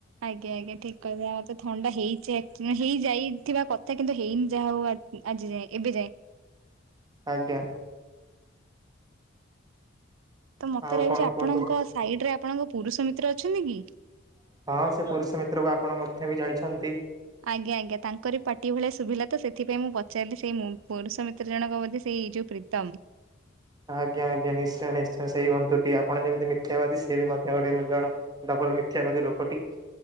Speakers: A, on the right; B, on the right.
A: ଆଜ୍ଞା ଆଜ୍ଞା ଠିକ୍ କଥା ମତେ ଥଣ୍ଡା ହେଇଛି ହେଇଯାଇଥିବା କଥା କିନ୍ତୁ ହେଇନି ଯାହା ହଉ ଆ ଆଜି ଯାଏଁ ଏବେ ଯାଏଁ।
B: ଆଜ୍ଞା।
A: ତ ମତେ
B: ଆଉ
A: ଲାଗୁଛି
B: କଣ
A: ଆପଣଙ୍କ
B: କୁହନ୍ତୁ?
A: ସାଇଡରେ ଆପଣଙ୍କ ପୁରୁଷ ମିତ୍ର ଅଛନ୍ତି କି?
B: ହଁ ସେ ପୁରୁଷ ମିତ୍ର କୁ ଆପଣ ମଧ୍ୟ ବି ଜାଣିଛନ୍ତି।
A: ଆଜ୍ଞା ଆଜ୍ଞା ତାଙ୍କର ପାଟି ଭଳିଆ ସୁଭିଲା ତ ସେଥିପାଇଁ ମୁଁ ପଚାରିଲି ସେଇ ପୁରୁଷ ମିତ୍ର ଜଣକ ବୋ ସେଇଯଉ ପ୍ରୀତମ୍।
B: ଆଜ୍ଞା ଆଜ୍ଞା ନିଶ୍ଚୟ ନିଶ୍ଚୟ ସେଇ ବନ୍ଧୁଟି ଆପଣ ଯେମିତି ମି ମିଥ୍ୟାବାଦୀ ସେ ବି ମଧ୍ୟ ଗୋଟେଏମିତି ବଡ଼ ଡବଲ ମିଥ୍ୟାବାଦୀ ଲୋକଟି।